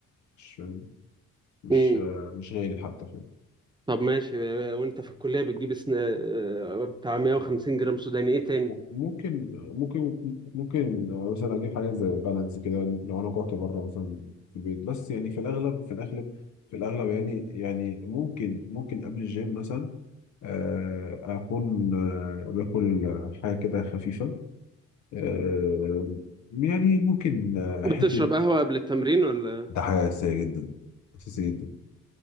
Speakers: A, on the left; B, on the right.
A: مش مش
B: امم
A: آه، مش غالي حتى
B: طب ماشي وأنت في الكلية بتجيب سن... بتاع 150 جرام سوداني إيه تاني؟
A: ممكن ممكن ممكن مثلا اجيب حاجات زي بالانس كده لو انا جعت بره مثلا في البيت بس يعني في الاغلب في الاغلب في الاغلب يعني يعني ممكن ممكن قبل الجيم مثلا آه، اكون آه، باكل حاجه كده خفيفه آه، يعني ممكن آه،
B: بتشرب
A: حته
B: قهوة قبل التمرين ولا
A: ده حاجة أساسية جدا اساسيه جدا